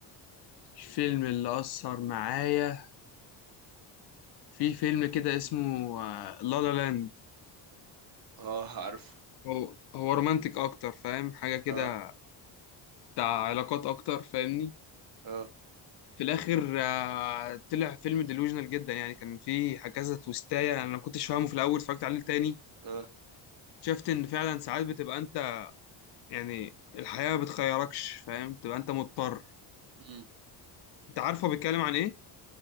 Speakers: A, on the left; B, on the right.
A: الفيلم اللي أثر معايا في فيلم كده اسمه لا لا لاند
B: آه عارفه
A: هو هو رومانتك اكتر فاهم حاجه كده
B: آه
A: بتاع علاقات اكتر فاهمني
B: آه
A: في الاخر آه، طلع فيلم ديلوجنال جدا يعني كان فيه كذا تويستايه انا ما كنتش فاهمه في الاول اتفرجت عليه تاني
B: آه
A: شفت ان فعلا ساعات بتبقى انت يعني الحياه ما بتخيركش فاهم تبقى انت مضطر
B: مم.
A: انت عارفه بيتكلم عن ايه